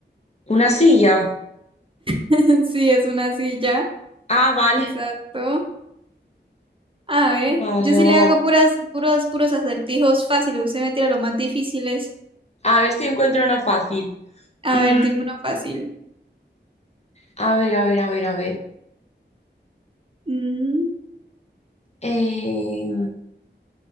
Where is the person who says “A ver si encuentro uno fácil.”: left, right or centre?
Left